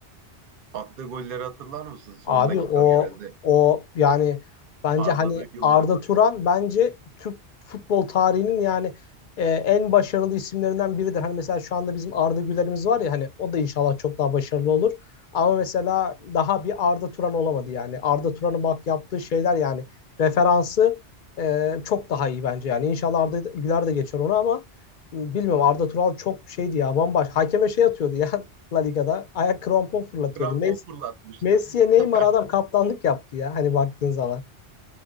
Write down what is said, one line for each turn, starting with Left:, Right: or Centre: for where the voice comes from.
Right: attığı golleri hatırlar mısın? Son
Left: Abi
Right: dakika
Left: o
Right: genelde
Left: o yani bence
Right: parladığı
Left: hani
Right: yıllar.
Left: Arda Turan bence Türk futbol tarihinin yani e, en başarılı isimlerinden biridir. Hani mesela şu anda bizim Arda Güler'imiz var ya hani o da inşallah çok daha başarılı olur. Ama mesela daha bir Arda Turan olamadı yani. Arda Turan'ın bak yaptığı şeyler yani referansı e, çok daha iyi bence yani. İnşallah Arda Güler de geçer onu ama m, bilmiyorum Arda Turan çok şeydi ya bambaşka. Hakeme şey atıyordu ya <laughs> La Liga'da. Ayak krampon fırlatıyordu.
Right: Krampon fırlatmıştı.
Left: Messi'ye Neymar
Right: <laughs>
Left: adam kaptanlık yaptı ya hani baktığın zaman.